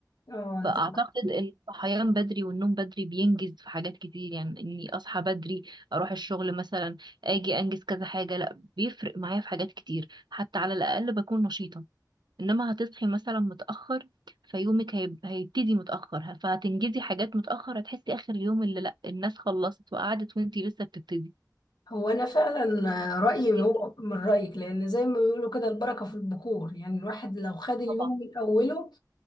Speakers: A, on the left; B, on the right.
A: اه انت
B: فأعتقد إن الصحيان بدري والنوم بدري بينجز في حاجات كتير يعني إني أصحى بدري أروح الشغل مثلا أجي أنجز كذا حاجة لأ بيفرق معايا في حاجات كتير حتى على الأقل بكون نشيطة إنما هتصحي مثلا متأخر فيومك هيب- هيبتدي متأخر فهتنجزي حاجات متأخر هتحسي آخر اليوم اللي لأ الناس خلصت وقعدت وإنتي لسه بتبتدي
A: هو انا فعلا رأيي
B: إيه
A: هو
B: ده؟
A: من رأيك لان زي ما بيقولوا كده البركة في البخور يعني الواحد لو خد اليوم
B: طبعا
A: من اوله